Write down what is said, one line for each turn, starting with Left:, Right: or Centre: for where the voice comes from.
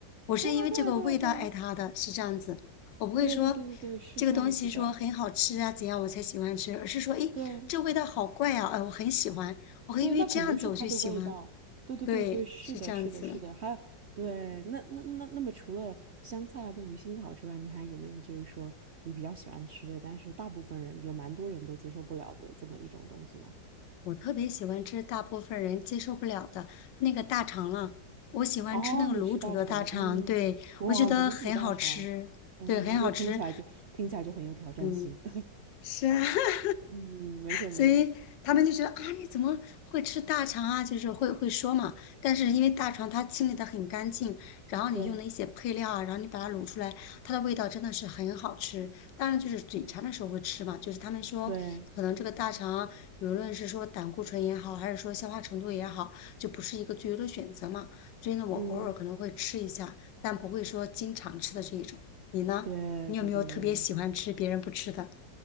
Left: 我是因为这个味道爱它的，
Right: 对啊，对啊，对啊，对啊，
Left: 是这样子。我不会说
Right: 对对对对对，是这样子的。
Left: 这个东西说很好吃啊怎样我才喜欢吃，而是说，诶，
Right: 对
Left: 这味道好怪啊，哎，我很喜欢，我会因为这样子我就喜欢了
Right: 对，那肯定是它的味道。对对对对，
Left: 对，
Right: 是的，
Left: 是这样子。
Right: 是的，是的。还有，对，那那那那么，除了香菜啊跟鱼腥草之外，你还有没有就是说你比较喜欢吃的，但是大部分人有蛮多人都接受不了的这么一种东西呢？
Left: 我特别喜欢吃大部分人接受不了的那个大肠了，我喜欢吃那个卤煮的大肠，
Right: 哦，你吃大肠，嗯，
Left: 对，
Right: 哇，
Left: 我觉得很好吃，
Right: 卤煮大肠，嗯，
Left: 对，很好吃。
Right: 就听起来就听起来就很有挑战性。
Left: 嗯，
Right: <laughs>
Left: 是啊，<laughs>
Right: 嗯，没事儿没事儿，
Left: 所以他们就觉得啊，你怎么会吃大肠啊？就是会会说嘛。但是因为大肠它清理的很干净，然后你用的一些配料啊，
Right: 对
Left: 然后你把它卤出来，它的味道真的是很好吃。当然就是嘴馋的时候会吃嘛，就是他们说可能这个大肠，
Right: 对，
Left: 无论是说胆固醇也好，还是说消化程度也好，就不是一个最优的选择嘛。所以呢，我偶尔可能会吃一下，
Right: 嗯，
Left: 但不会说经常吃的这一种。你呢？
Right: 对对对对对
Left: 你有没有特别喜欢吃别人不吃的？